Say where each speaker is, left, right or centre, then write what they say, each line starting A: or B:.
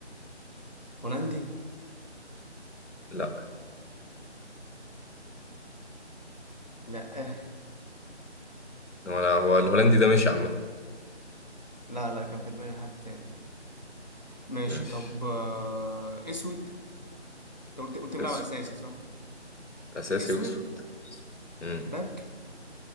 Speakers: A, on the left (about 40°); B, on the left (about 80°).
A: هولندي
B: لا
A: لا آه.
B: هو لا هو الهولندي ده مش عامة
A: لا لا كان في دماغي حد تاني ماشي
B: مش
A: طب آه اسود انت قلت قلت بيلعب
B: اسود
A: اساسي صح
B: اساسي
A: اسود
B: واسود امم
A: باك